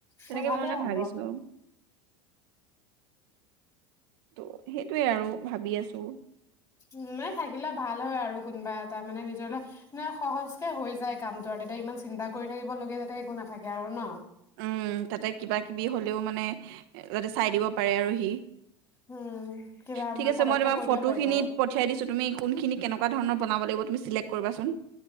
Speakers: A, on the right (about 60°); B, on the left (about 25°).
A: তেনেকে
B: তে ভালে
A: মই মানে
B: হ'ব।
A: ভাবিছো ত' সেইটোৱে আৰু ভাবি আছোঁ
B: উ মানে থাকিলে ভাল হয় আৰু কোনোবা এটা মানে নিজৰলে সহজকে হৈ যায় কামটো তাতে ইমান চিন্তা কৰি থাকিব লগীয়া যাতে একো নাথাকে আৰু ন
A: উম তাতে কিবা কিবি হ'লেও মানে যাতে চাই দিব পাৰে আৰু সি
B: উম, কিবা আমাৰ
A: ঠিক আছে
B: ফটককে
A: মই তোমাৰ
B: কৈ
A: ফটো
B: দিব পাৰিব
A: খিনিত
B: আৰু
A: পঠিয়াই দিছো তুমি কোনখিনি কেনেকোৱা ধৰণৰ বনাব লাগিব তুমি চিলেক কৰিবা চোন